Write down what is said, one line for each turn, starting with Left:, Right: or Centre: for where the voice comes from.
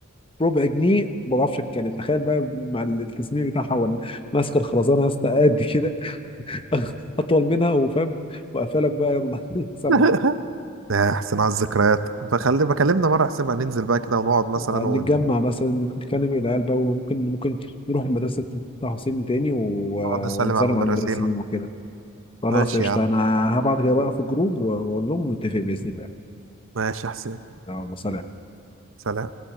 Left: ربع جنيه ما بعرفش اتكلم تخيل بقى مع التصميم بتاعها وال- ماسكه الخرزانه يا اسطى قد كده <laughs> اطول منها وفاهم وقفلك بقى يلا <laughs> سمع
Right: <laughs> يا حسين على الذكريات بخلي بكلمنا مرة حسين بقى ننزل بقى كده ونقعد مثلا
Left: آه، نتجمع
Right: ونقعد
Left: مثلا نتكلم العيال بقى وممكن ممكن نروح مدرسه طه حسين تاني و...
Right: نسلم
Left: ونسلم
Right: على المدرسين
Left: على المدرسين وكده خلاص
Right: ماشي
Left: قشطه
Right: يا عم
Left: انا هبعت كده بقى في الجروب واقول لهم نتفق باذن الله
Right: ماشي يا حسين
Left: يلا سلام
Right: سلام